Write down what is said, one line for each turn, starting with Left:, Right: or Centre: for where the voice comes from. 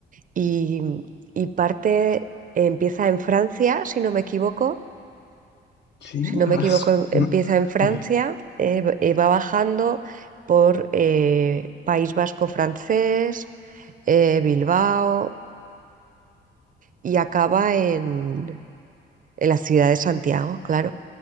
Right: y, y parte, empieza en Francia, si no me equivoco,
Left: sí,
Right: si no me
Left: ah,
Right: equivoco,
Left: su-
Right: em- empieza
Left: no.
Right: en Francia,
Left: <laughs>
Right: eh, b- eh, va bajando por eh, País Vasco francés, eh, Bilbao y acaba en, en la ciudad de Santiago, claro,